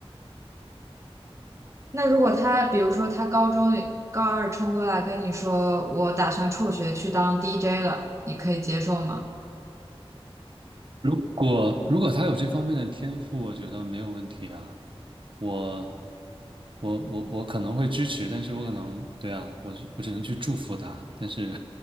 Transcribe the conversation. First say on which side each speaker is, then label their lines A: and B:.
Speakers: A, on the right (about 30°); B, on the right (about 55°).
A: 那如果他，比如说他高中高二冲过来跟你说，我打算辍学去当 DJ 了，你可以接受吗？
B: 如果如果他有这方面的天赋，我觉得没有问题啊。我我我我可能会支持，但是我可能对啊，我是我只能去祝福他。但是